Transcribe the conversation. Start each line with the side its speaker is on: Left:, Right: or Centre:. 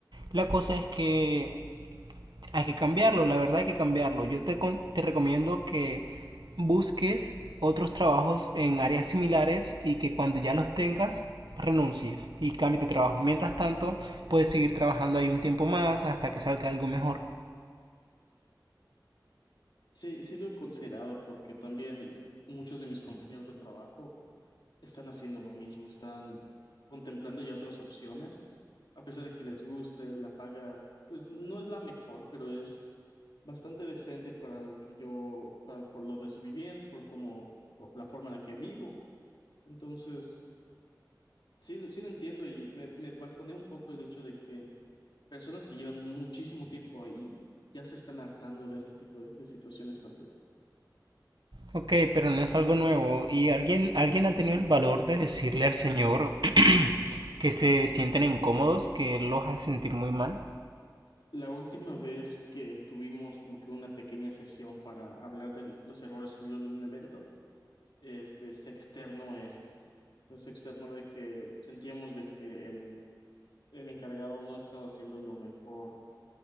Right: La cosa es que hay que cambiarlo, la verdad hay que cambiarlo. Yo te, te recomiendo que busques otros trabajos en áreas similares y que cuando ya los tengas renuncies y cambies de trabajo. Mientras tanto, puedes seguir trabajando ahí un tiempo más hasta que salga algo mejor.
Left: Sí, sí lo he considerado porque también muchos de mis compañeros de trabajo están haciendo lo mismo, están contemplando ya otras opciones, a pesar de que les guste, la paga, pues no es la mejor, pero es bastante decente para lo que yo, para por donde estoy viviendo, por cómo, por la forma en la que vivo. Entonces, sí, sí lo entiendo y me, me bajoneé un poco el hecho de que personas que llevan muchísimo tiempo ahí ya se están hartando de este tipo de de situaciones también.
Right: Ok, pero no es algo nuevo. ¿Y alguien, alguien ha tenido el valor de decirle al señor que se sienten incómodos, que él los hace sentir muy mal?
Left: La última vez que tuvimos como que una pequeña sesión para hablar de los errores que hubieron en un evento, este, se externó esto. Se externó de que sentíamos de que el, el encargado no estaba haciendo lo mejor